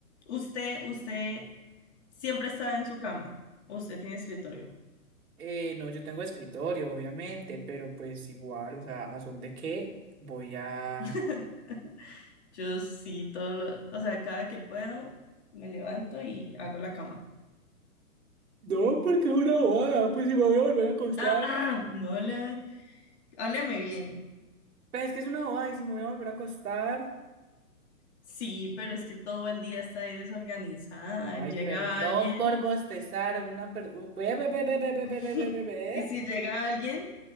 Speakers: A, on the left; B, on the right.
A: Usted, usted siempre está en su cama. ¿O Usted tiene escritorio.
B: Eh, no, yo tengo escritorio, obviamente, pero pues igual, o sea, ¿a son de qué voy a...?
A: <laughs> Yo sí, todo lo, o sea, cada que puedo me levanto y hago la cama.
B: No, porque es una bobada, pues si me voy a volver a acostar.
A: Ah, ah, no le, hábleme bien.
B: Pues es que es una bobada y si me voy a volver a acostar.
A: Sí, pero es que todo el día está ahí desorganizada.
B: Ay,
A: Llega
B: perdón
A: alguien
B: por bostezar. Una per... Ve, ve, ve, ve, ve,
A: <laughs>
B: ve, ve, ve, ve, ve, ve.
A: y si llega alguien,